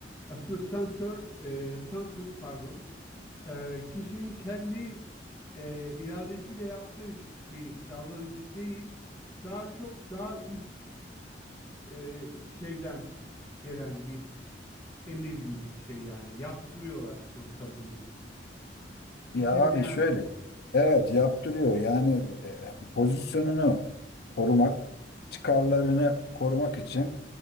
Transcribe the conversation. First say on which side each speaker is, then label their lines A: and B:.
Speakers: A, on the left; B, on the left.
A: Aslında sansör, e, sansür pardon. Ee, kişinin kendi e, iradesiyle yaptığı iş- bir davranış değil, daha çok daha üst e, şeyden gelen bir emir gibi bir şey yani. Yaptırıyorlar sonuçta bunu. Kişinin
B: Ya abi
A: ne hal-
B: şöyle, evet yaptırıyor. Yani e, pozisyonunu korumak, çıkarlarını korumak için